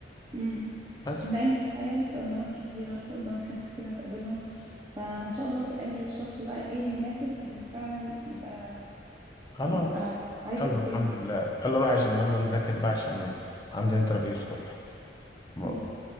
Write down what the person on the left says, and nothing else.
بس
خلاص
يلا
الحمد
لله يلا روح عشان يلا نذاكر بقى عشان عندي انترفيو الصبح
باي.